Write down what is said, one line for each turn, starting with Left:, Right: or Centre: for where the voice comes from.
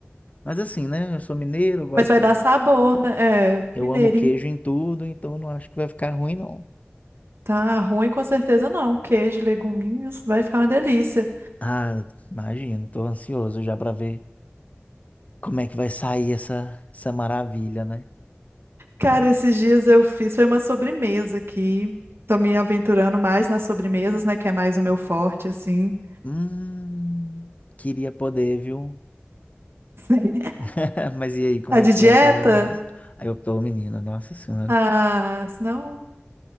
Left: Mas assim, né? Eu sou mineiro, eu gosto.
Right: mas vai dar sabor, né? É,
Left: Eu
Right: mineirinho,
Left: amo queijo em tudo, então eu não acho que vai ficar ruim, não.
Right: tá ruim com certeza não. Queijo, leguminhos, vai ficar uma delícia.
Left: Ah, imagino, tô ansioso já pra ver como é que vai sair essa, essa maravilha, né?
Right: Cara, esses dias eu fiz foi uma sobremesa aqui. Tô me aventurando mais nas sobremesas, né? Que é mais o meu forte, assim.
Left: Hum, queria poder, viu?
Right: <laughs>
Left: <laughs> Mas e aí, como
Right: A
Left: é
Right: de
Left: que foi
Right: dieta?
Left: a sobremesa? Aí eu tô, menina, nossa senhora.
Right: Ah, senão